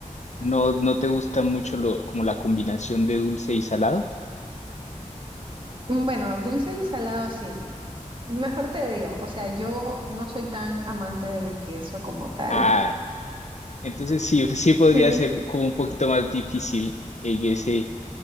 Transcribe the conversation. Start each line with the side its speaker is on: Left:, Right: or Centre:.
Left: ¿No, no te gusta mucho lo, como la combinación de dulce y salado?
Right: Mm, Bueno, dulce y salado sí. Mejor te digo, o sea, yo no soy tan amante del queso como tal.
Left: Ah, entonces sí, pues, sí podría
Right: Sí.
Left: ser como un poquito más difícil en ese,